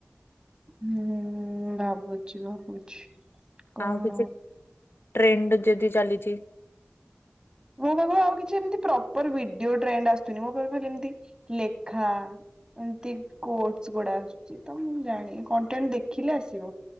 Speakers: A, on the right (about 20°); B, on the left (about 70°).
A: ହୁଁ ଭାବୁଛି ଭାବୁଛି। କଣ
B: ଆଉ କିଛି ଟ୍ରେଣ୍ଡ୍ ଯଦି ଚାଲିଚି
A: ମୋ ପାଖକୁ ଆଉ କିଛି ଏମ୍ତି ପ୍ରପର୍ ଭିଡିଓ ଟ୍ରେଣ୍ଡ୍ ଆସୁି ମୋ ପାଖ ଖାଲି ଏମତି ଲେଖା ଏମ୍ତି କୋଟ୍ସ୍ ଗୁଡା ଆସୁଚି ତ ମୁଁ ଜାଣି କଣ୍ଟେଣ୍ଟ୍ ଦେଖିଲେ ଆସିବ।